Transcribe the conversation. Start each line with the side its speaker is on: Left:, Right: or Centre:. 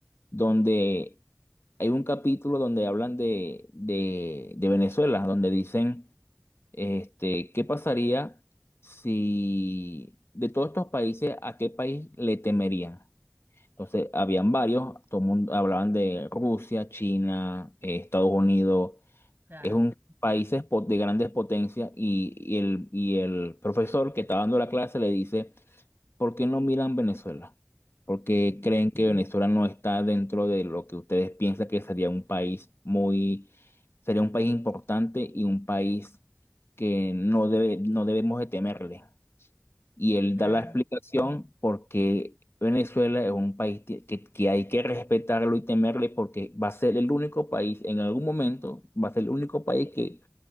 Left: donde hay un capítulo donde hablan de, de, de Venezuela, donde dicen Este, ¿qué pasaría si de todos estos países, a qué país le temerían? Entonces, habían varios, todo el mundo hablaban de Rusia, China, eh, Estados Unidos,
Right: Claro,
Left: es un país de grandes potencias y, y el, y el profesor que está dando la clase le dice ¿Por qué no miran Venezuela? Porque
Right: Ujú.
Left: creen que Venezuela no está dentro de lo que ustedes piensan que sería un país muy, sería un país importante y un país que no debe, no debemos de temerle. Y él
Right: claro.
Left: da la explicación porque Venezuela es un país que, que- que hay que respetarlo y temerle porque va a ser el único país, en algún momento, va a ser el único país que